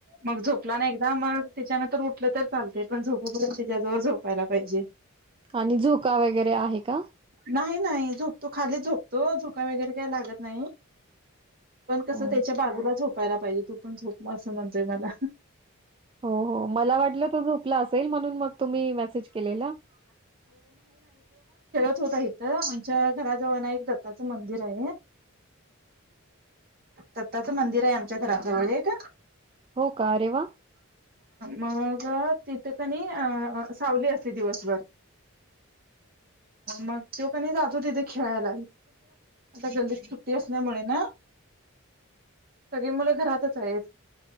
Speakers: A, on the right; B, on the right.
A: मग झोपला ना एकदा मग त्याच्यानंतर उठलं तर चालत पण झोप त्याच्या जवळ झोपायला पाहिजे
B: आणि झोका वगैरे आहे का?
A: नाही नाही झोपतो खाली झोपतो झोका वगैरे काही लागत नाही पण कसं
B: हो
A: त्याच्या बाजूलाच होत पाय पाहिजे तू पण झोप असं म्हणतय मला
B: हो हो मला वाटलं त झोपला असेल म्हणून मग तुम्ही मेसेज केलेला
A: होत इथ आमच्या घराजवळ ना एक दत्ताचं मंदिर आहे दत्ताचं मंदिर आहे आमच्या घराजवळ एक
B: हो का अरे वा
A: मग तिथे कणी सावली असते दिवसभर मग तो कनी जातो तिथे खेळायला गल्लीत तट्टी असल्यामुळे ना सगळे मुलं घरातच आहेत